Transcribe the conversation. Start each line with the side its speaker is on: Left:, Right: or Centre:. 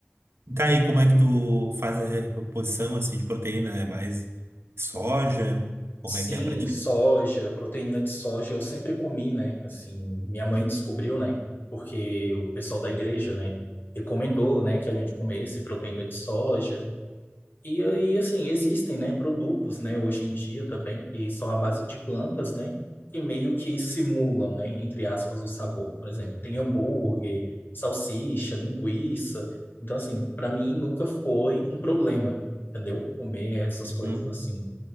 Right: Tá aí, como é que tu faz a reposição assim, de proteína? É mais soja? Como
Left: Sim,
Right: é que é pra ti?
Left: soja, proteína de soja, eu sempre comi, né? Assim, minha mãe descobriu, né? Porque o pessoal da igreja, né, recomendou, né, que a gente comesse proteína de soja. E aí, assim, existem, né, produtos, né, hoje em dia também, que são à base de plantas, né, que meio que simulam, né, entre aspas, o sabor. Por exemplo, tem hambúrguer, salsicha, linguiça. Então, assim, para mim nunca foi um problema, entendeu? Comer essas
Right: Uhum.
Left: coisas assim.